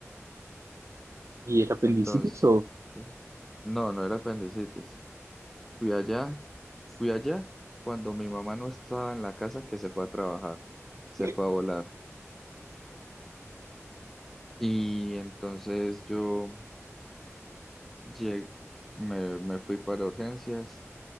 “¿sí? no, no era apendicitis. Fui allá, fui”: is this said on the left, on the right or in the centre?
Centre